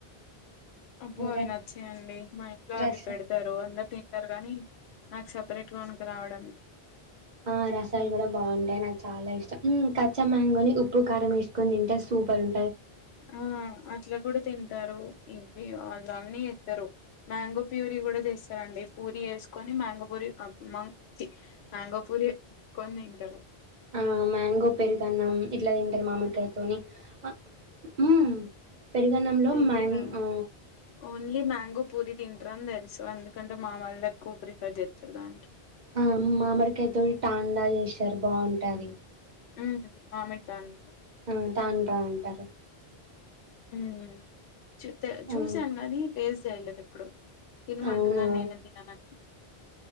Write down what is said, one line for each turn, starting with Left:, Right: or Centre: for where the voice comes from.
Left: అబ్బో
Right: అంటే
Left: అవి నచ్చయండి. మా ఇంట్లో
Right: రస
Left: అవి పెడతారు అందరు తి ంటరు గానీ నాకు సపరేట్ గా కొనక్క రావడమే.
Right: ఆ రసాలు కూడా బావుంటాయి, నాకు చాలా ఇష్టం. హ్ కచ్చా మ్యాంగోని ఉప్పు కారం వేసుకొని తింటే సూపర్ ఉం
Left: ఆ అట్లా కూడా తి ంటరు ఇవి అల్లు అన్నీ చేత్తరు. మ్యాంగో ప్యూరీ కూడా చేస్తారండి. పూరీ చేసుకొని మ్యాంగో పూరి అ మ చి మ్యాంగో ప్యూరి కొని తింటరు.
Right: ఆ మ్యాంగో పెరుగు అన్నం ఇట్లా తింటరు మామిడికాయ తోని ఆ హుమ్ పెరుగన్నంలో
Left: తెలీదండి
Right: మ్యాంగ్ ఆ
Left: ఓన్లీ మ్యాంగో పూరి తింటరు అని తెలుసు ఎందుకంటే మా వాళ్ళు ఎక్కువ ప్రిఫర్ చేస్తరు దానికి
Right: ఆ మామిడికాయ తోటి టాండా చేస్తారు బావుంటది.
Left: హ్ మామిడి దానితో
Right: హా తాండ్రా అంటరు.
Left: హ్ చూ తే చూశాను
Right: ఆ,
Left: గానీ టేస్ట్ చేయలేదు ఎప్పుడు. తినమంటారుగాని
Right: అవునా
Left: నేనె తిన <inaudible>